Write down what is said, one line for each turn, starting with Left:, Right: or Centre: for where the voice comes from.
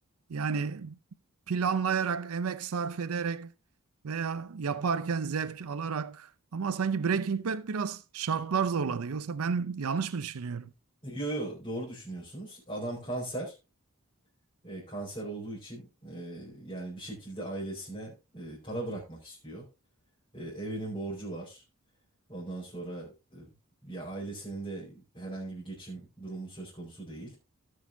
Right: Yani planlayarak, emek sarf ederek veya yaparken zevk alarak ama sanki Breaking Bad biraz şartlar zorladı. Yoksa ben yanlış mı düşünüyorum?
Left: Yo yo doğru düşünüyorsunuz. Adam kanser. E, kanser olduğu için e, yani bir şekilde ailesine e, para bırakmak istiyor. E, evinin borcu var. Ondan sonra e, ya ailesinin de herhangi bir geçim durumu söz konusu değil.